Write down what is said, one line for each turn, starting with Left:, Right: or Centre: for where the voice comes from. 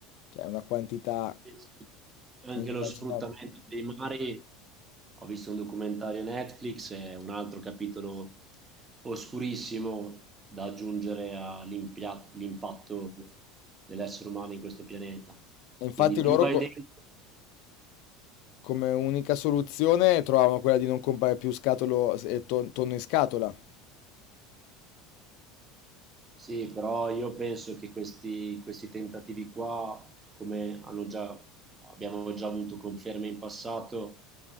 Left: Cioè, è una quantità
Right: Sì, sì. Anche
Left: inimmaginabile.
Right: lo sfruttamento dei mari, ho visto un documentario Netflix, è un altro capitolo oscurissimo da aggiungere all'impia- all'impatto dell'essere umano in questo pianeta.
Left: E infatti
Right: Quindi più
Left: loro
Right: vai
Left: co-
Right: dentro,
Left: come unica soluzione trovavano quella di non comprare più scatolo e ton- tonno in scatola.
Right: Sì, però io penso che questi, questi tentativi qua, come hanno già- abbiamo già avuto conferme in passato,